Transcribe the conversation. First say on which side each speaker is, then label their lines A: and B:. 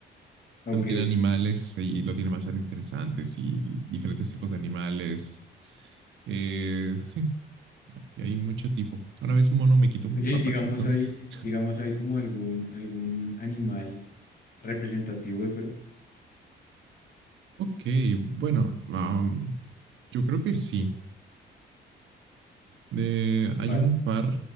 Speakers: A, on the left; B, on the right.
A: ok.
B: donde tiene animales este, y lo tiene bastante interesantes y diferentes tipos de animales. Eh, sí, y hay mucho tipo. Una vez un mono me quitó mis
A: Oye,
B: papas,
A: y digamos
B: entonces.
A: hay, digamos hay como algún, algún animal representativo de Perú.
B: Ok, bueno, um, yo creo que sí. De,
A: ¿Cuál?
B: hay un par,